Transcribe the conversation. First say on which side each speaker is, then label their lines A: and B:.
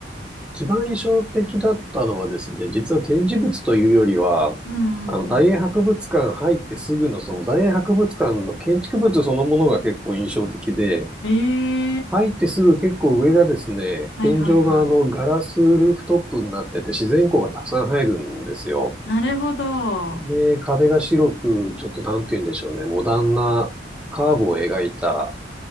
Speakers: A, in the centre; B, on the left.
A: 一番印象的だったのはですね、実は展示物というよりは、
B: うんうんう
A: あの、大英博物館入ってすぐのその大英博物館の建築物そのものが結構印象的で、
B: ん。
A: 入ってすぐ結構上がですね、
B: ええはいはいは
A: 天井があのガラスルーフトップになってて自然光がたくさん入るんですよ。
B: い。なるほど。
A: で、
B: う
A: 壁が白く、ちょっとなんて言うんでしょうね、モダンなカーブを描いた、